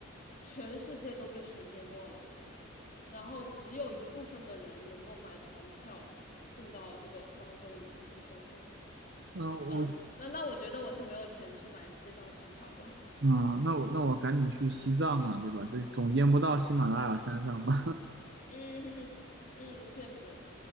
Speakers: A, on the left (about 40°); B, on the right (about 55°).
A: 全世界都被水淹没了，然后只有一部分的人能够买船票进到这个方舟里面去生活。
B: 那我
A: 嗯、那那我觉得我是没有钱去买这张船票的。
B: 啊，那我那我赶紧去西藏啊，对吧？这总见不到喜马拉雅山上吧？
A: <laughs> 嗯哼哼，<laughs> 嗯，确实，